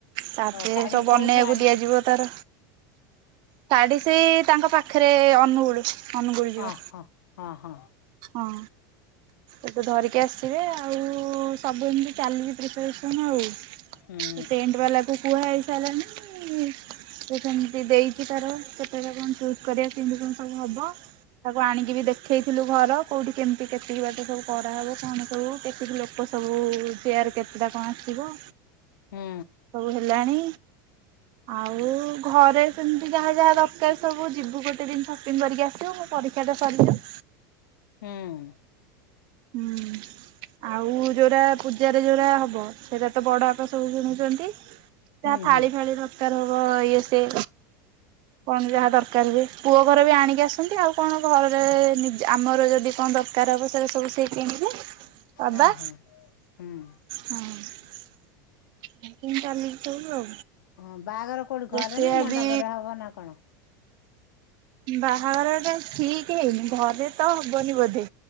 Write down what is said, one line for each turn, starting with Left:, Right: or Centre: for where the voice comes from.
Right: ତାପରେ
Left: ଶାଢୀ
Right: ସବୁ ବନେଇ
Left: କୋଉଠୁ
Right: ଆକୁ
Left: ଆଣିବ?
Right: ଦିଆଯିବ। ର ଶାଢୀ ସେଇ ତାଙ୍କ ପାଖରେ ଅନୁଗୁଳ। ଅନୁଗୁଳୁ ଯିବ,
Left: ଓହୋ ହଁ ହଁ
Right: ହଁ। ଏବେ ଧରିକି ଆସିବେ ଆଉ ସବୁ ଏମିତି ଚାଲିଚି ପ୍ରିପାରେସନ ଆଉ।
Left: ହୁଁ
Right: ଟେଣ୍ଟ ବାଲାକୁ କୁହା ହେଇ ସାରିଲାଣିି। ତ ସେମିତି ଦେଇଛିି ତାର ସେତେବେ କଣ ଚୁଜ କରିବା କେମିତି କଣ ସବୁ ହବ। ତାକୁ ଆଣିକି ବି ଦେଖେଇଥିଲୁ ଘର କୋଉଠି କେମିତି କେତିକି ବାଟ ସବୁ କରାହେବ କଣ କୁ କେତ ଲୋ କ ସବୁ ଚେୟାର କେତେଟା କଣ ଆସିିବ?
Left: ହୁଁ
Right: ସବୁ ହେଲାଣି ଆଉ ଘରେ ସେମିତି ଯାହା ଯାହା ଦରକାର ସବୁ ଯିବୁ ଗୋଟେ ଦିନ ସପିଙ୍ଗ କରିକି ଆସିବୁ ମୁଁ ପରୀକ୍ଷାରେ ସରିିଯିବ।
Left: ହୁଁ।
Right: ହୁଁ। ଆଉ ଯୋଉଟା ପୂଜାରେ ଯୋଉଟା ହବ ସେଇଟା ତ ବଡ ବାପା ସବୁ ଶୁଣୁଛନ୍ତି।
Left: ହୁଁ
Right: ଯାହା ଥାଳି
Left: ହୁଁ।
Right: ଫାଳି ଦରକାର ହବ ଇଏ ସେ କଣ ଯାହା ଦରକାର ହୁଏ ପୁଅ ଘର ବି ଆଣିକି ଆସନ୍ତି ଆଉ କଣ ଘରେ ଆମର ଯଦି କଣ ଦର ରକାର ହବ ସେରା ସବୁ ସେ କିଣିବେ ବାବା।
Left: ଓହୋ ହୁଁ
Right: ହଁ ଏମତି ହିଁ ଚାଲଚି ସବୁ।
Left: ହଁ ବାହାଘର କୋଉଠି
Right: ରୋଷେଇଆ
Left: ଘରେ ନା ମଣ୍ଡପରେ
Right: ବି
Left: ହବ ନା କଣ?
Right: ବାହାଘର ଟା ଠିକ ହେଇନି ଘରେ ତ ହବନି ବୋଧେ